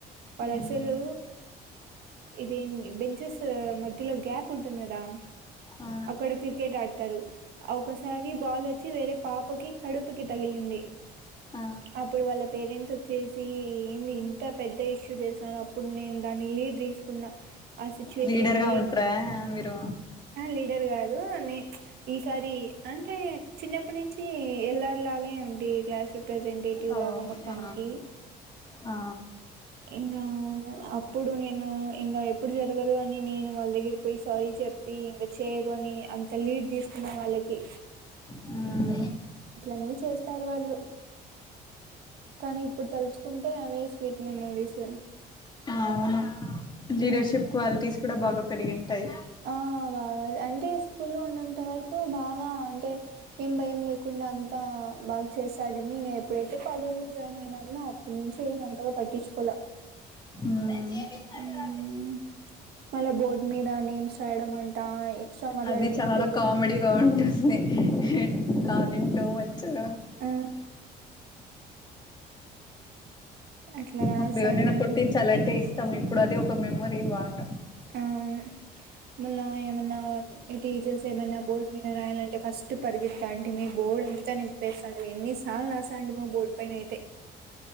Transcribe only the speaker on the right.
వాళ్ళు
అసలు ఇదే బెంచెస్ మధ్యలో గ్యాప్ ఉంటుంది కదా
అక్కడ క్రికెట్ ఆడతారు ఒకసారి బాల్ వచ్చి వేరే పాపకి కడుపుకి తగిలింది
అపుడు వాల్ల పేరెంట్స్ వచ్చేసి ఇంత పెద్ద ఇష్యూ చేసినరు అప్పుడు నేను దాన్ని లీడ్ తీసుకున్న ఆ సిచ్యుయేషన్
లీడ్
లీడర్ కాదు నే ఈసారి అంటే చిన్నప్పటి నుంచి ఎల్లర్ లాగే ఉండి క్లాస్ రిప్రజెంటేటివ్
లాగా మొత్తానికి
ఇంగా ప్పుడు నేను ఇంకా ఎప్పుడు జరగదు అని నేను వాళ్ళ దగ్గర పోయి సారీ చెప్పి ఇంక చేయరు అని అంత లీడ్ తీసుకున్నా వాళ్ళకి
అట్లనే చేస్తారు వాళ్ళు కానీ ఇప్పుడు తలుచుకుంటే అవే స్వీట్ మెమోరీస్
ఉమ్
ఆ బాగా అంటే స్కూల్లో ఉన్నంత వరకు బాగా అంటే ఆ స్కూల్లో ఉన్నంతవరకుఏం భయం లేకుండా అంతా బాగా చేస్తాడు మ ఎప్పుడైతే కాలేజ్ లో జాయిన్ అయినమో అప్పటి నుంచి ఏమ అంతగా పట్టించుకోలే
ఉమ్ మళ్ళ బోర్డ్ మీద నేమ్స్ రాయడం అంట ఎక్స్ట్రా మాట్లాడితే
ఇంటూలు
ఆ అట్లా రాస్తాంటిమి
ఆవును మళ్ళా ఏమన్నా టీచర్స్ ఏమన్నా బోర్డు మీద రాయాలంటే ఫస్ట్ పరిఫెత్తంటిమి బోర్డు ఎంతా నిప్పేస్తా ఎన్ని ల్ రాసా అండి మా బోర్డ్ పైనా అయితే